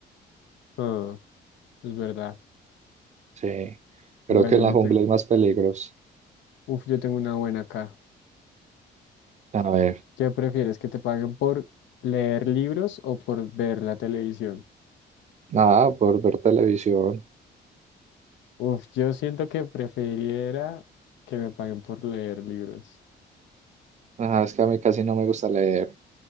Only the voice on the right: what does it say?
Sí, creo
que en
la jungla
hay más peligros.
A ver,
nada, por ver televisión.
Ajá, es que a mí casi no me gusta leer. O